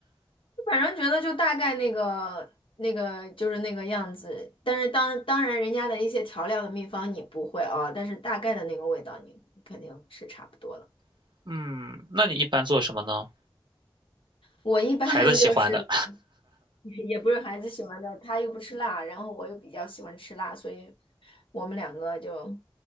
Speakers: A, on the left; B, on the right.
A: <laughs> 反正觉得就大概那个那个就是那个样子，但是当当然人家的一些调料的秘方你不会啊，但是大概的那个味道你你肯定是差不多的。
B: <laughs> 嗯，那你一般做什么呢？
A: 我一般就是
B: 孩子喜欢的，
A: <laughs> 也不是孩子喜欢的，他又不吃辣，然后我又比较喜欢吃辣，所以我们两个就